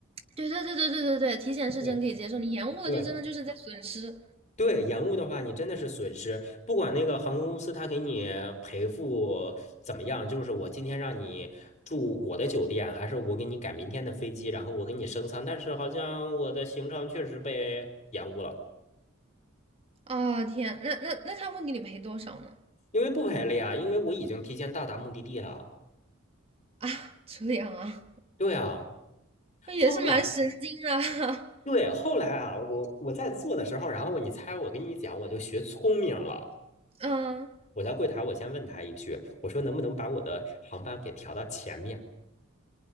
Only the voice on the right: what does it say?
对对对对对对对，提前是真可以接受，
你延误了就真的就是在损失
啊！天，那那那他会给你赔多少呢？
啊，这样啊，
那也是蛮神经的。
<laughs> 嗯